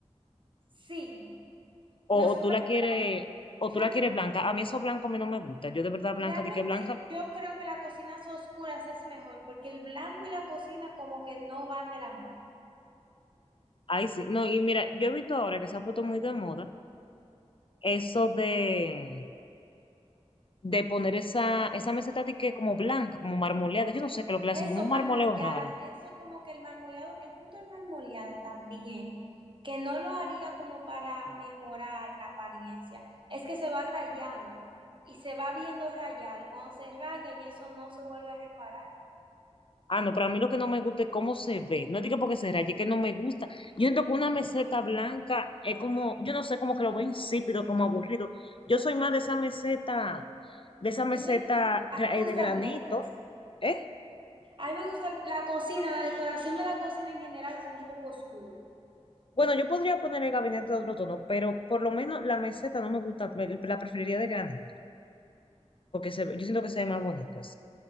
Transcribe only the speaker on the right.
sí,
los
colores,
realmente,
realmente
yo creo que las cocinas oscuras es mejor, porque el blanco y la cocina como que no van de la mano.
Eso,
marmoleada,
eso como que el marmoleado, el punto del marmoleado también, que no lo haría como para mejorar la apariencia, es que se va rayando y se va viendo rayado y cuando se raya y eso no se vuelve a reparar.
Yo sé, a
mí me gustan
negras,
a mí me gusta la cocina, la decoración de la cocina en general como un poco oscura.